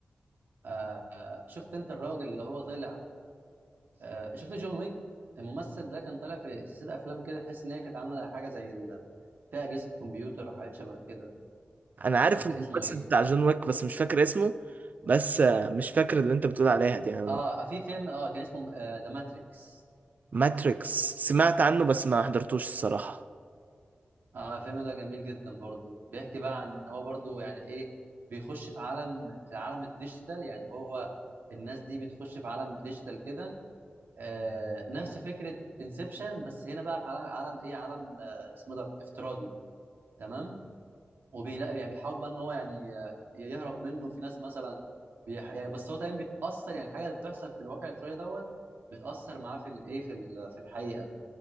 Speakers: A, on the right; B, on the right.
A: آه آه، شفت انت الراجل اللي هو طلع آه شفت جون ويك الممثل ده كان طالع في سلسله افلام كده تحس ان هي كانت عامله حاجه زي ال... فيها اجهزه كمبيوتر وحاجات شبه كده
B: انا عارف
A: مش فاكر
B: الممثل
A: اسمه ايه
B: بتاع جون ويك بس مش فاكر اسمه بس آه، مش فاكر اللي انت بتقول عليها دي يعني
A: اه آه، في فيلم اه كان اسمه ذا ماتريكس
B: ماتريكس سمعت عنه بس ما حضرتوش الصراحة
A: اه الفيلم ده جميل جدا برضو بيحكي بقى عن ان هو برضو يعني ايه بيخش في عالم في العالم الديجيتال يعني هو الناس دي بتخش في عالم ديجيتال كده آه نفس فكره انسبشن بس هنا بقى في عالم عالم ايه عالم آه اسمه ده افتراضي تمام وبيلاقي يعني بيحاول بقى ان هو يعني آه، يهرب منه في ناس مثلا بيح... يعني بس هو تمام بيتاثر يعني الحاجه اللي بتحصل في الواقع الافتراضي دوت بتاثر معاه في الايه في ال- في الحقيقه